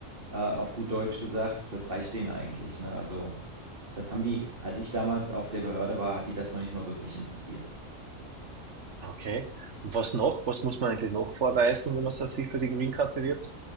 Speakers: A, on the right; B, on the right.
A: äh, auf gut Deutsch gesagt, das reicht denen eigentlich, ne? Also, das haben die, als ich damals auf der Behörde war, hat die das noch nicht mal wirklich interessiert.
B: Okay. Und was noch? Was muss man eigentlich noch vorweisen, wenn man so sich für die Green Card bewirbt?